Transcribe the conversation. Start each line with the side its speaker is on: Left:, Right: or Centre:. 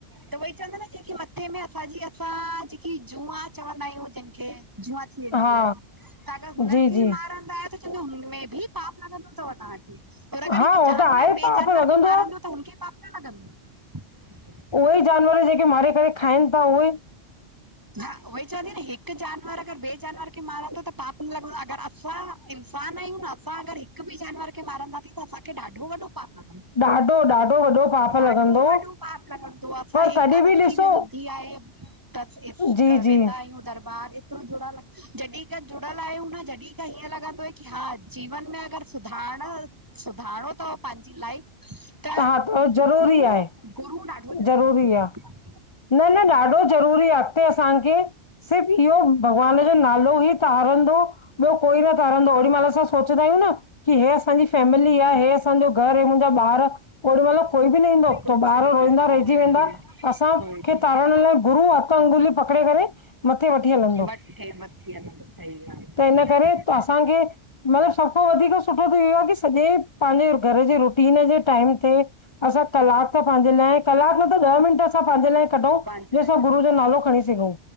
Right: त उअई चवंता न जेकी मथे में असांजी असां जेकी जुआ चवंदा आयूं जिनखे जुआ थींदीयूं
Left: हा
Right: एन छा त हुनन
Left: जी
Right: खे
Left: जी
Right: मारंदा आव जेको हुनमें बि पाप लॻंदो तव तांखे। और अगर
Left: हा
Right: हिक
Left: हो
Right: जानवर
Left: त आहे
Right: ॿे
Left: पाप
Right: जानवर
Left: लॻंदो
Right: खे मारंदो
Left: आहे
Right: त हुनखे पाप न लॻंदो।
Left: उहे ई जानवर जेके मारे करे खाइन ता उए
Right: हा उहई चवांदी न हिक जानवर अगर ॿे जानवर खे मारंदो त पाप न लॻदो अगर असां इंसान आयूं त असां अगर हिक बि जानवर खे मारंदासीं त असांखे ॾाढो वॾो पाप आ।
Left: ॾाढो ॾाढो वॾो पाप
Right: ॾाढो
Left: लॻंदो
Right: वॾो पाप लॻंदो असां
Left: पर तॾहिं
Right: एकादशी
Left: बि ॾिसो
Right: में ॿु थी आये त इस
Left: जी
Right: त वेंदा
Left: जी
Right: आयूं दरबार तू जुड़ल जॾीं खां जुड़यल आयूं न जॾीं खां हीअं लॻंदो आह की हा जीवन में अगर सुधारण सुधारणो तव पांजी लाइफ त
Left: हा ज़रूरी
Right: गुरू
Left: आहे
Right: गुरू ॾाढो जरूरी
Left: ज़रूरी
Right: तव।
Left: आ न न ॾाढो जरूरी आह अॻते असांखे सिर्फ़ इहो, भॻवान जो नालो ही तारंदो। ॿियो कोई न तारंदो ओॾी मल असां सोचंदा आयूं न। की हे असांजी फैमिली आह, हे असांजो घर, हे मुंजा ॿार। ओॾी मल कोई बि न ईंदो,
Right: कुझु
Left: त ॿार
Right: बि
Left: रोईंदा
Right: न
Left: रहजी
Right: कोई
Left: वेंदा
Right: बि
Left: असां
Right: कोई
Left: मूंखे
Right: बि
Left: तारण लाइ गुरू हथ अंगुली पकड़े करे मथे वठी हलंदो।
Right: वठे मथे न सही ॻाल्ह
Left: त इन करे त असांखे मतलब सभखां वधीक सुठो थी ईयो आह की सॼे पांजे घर जे रुटीन जे टाइम असा कलाक पांजे लाये कलाक न त ॾ मिंट असा पांजे लाये कढऊं
Right: पंहिंजे
Left: जेसा
Right: लाइ
Left: गुरू जो नालो खणी सघूं।